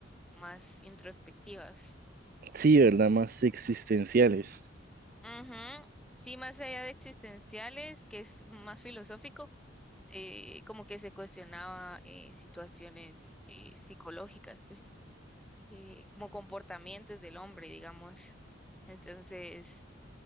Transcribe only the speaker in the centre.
más introspectivas.
Ujú. Sí, más allá de existenciales, que es más filosófico, eh, como que se cuestionaba eh, situaciones eh, psicológicas, pues eh, como comportamientos del hombre, digamos. Entonces,